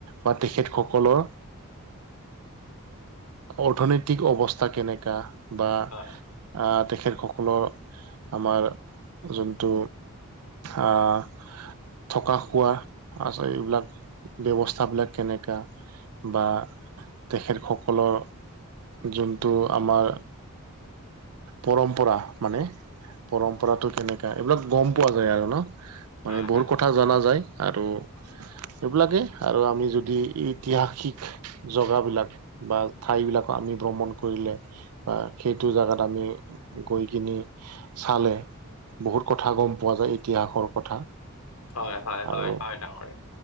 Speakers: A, on the right (about 85°); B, on the left (about 80°).
A: বা তেখেতসকলৰ অৰ্থনৈতিক অৱস্থা কেনেকা- বা
B: হয়
A: অ তেখেতসকলৰ আমাৰ যোনটো আহ থকা খোৱা আছে এইবিলাক ব্যৱস্থাবিলাক কেনেকা বা তেখেতসকলৰ যোনটো আমাৰ পৰম্পৰা মানে পৰম্পৰাতটো কেনেকা এইবিলাক গম পোৱা যায় আৰু ন'। মানে
B: হয়
A: বহুত কথা জনা যায় আৰু এইবিলাকেই আৰু আমি যদি ঐতিহাসিক জগাবিলাক বা ঠাই বিলাক আমি ভ্ৰমণ কৰিলে বা সেইটো জেগাত আমি গৈ খিনি চালে বহুত কথা গম পোৱা যায় ইতিহাসৰ কথা।
B: হয়, হয়, হয়,
A: আৰু
B: হয়, ডাঙৰিয়া।